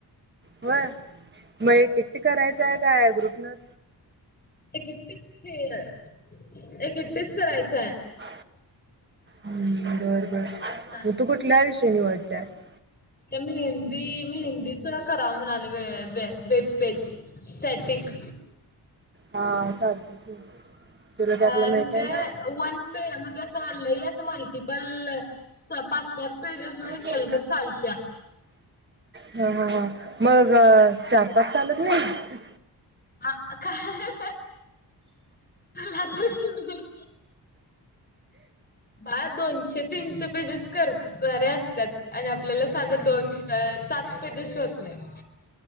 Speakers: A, on the right (about 25°); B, on the left (about 25°).
A: होय मग एक एकिकटी करायचंय का या ग्रुपन.
B: एक एकटीस - एक एकटीचं करायचंय.
A: ह बरं - बरं
B: अच्छा
A: मग तू कुठल्या विषयी निवडल्यास?
B: त्या हिंदी मी हिंदी करावले म्हणाले वेब पेज. स्टॅटिक
A: हा चालते की. तुला
B: म्हणजे
A: आपलं माहित आहे ना?
B: वन पे म्हणजे असं लई असं मल्टिपल पाच पाच पेजेस मध्ये
A: के
B: केलं तर चालत्या
A: हां हां हां, मग चार पाच चालत नाही?
B: हां काय? लागंल की <unintelligible> बाळ दोनशे-तीनशे पेजेस कर णारे असतात, आणि आपल्याला साध्या दोन सात पेजेस होत नाहीत.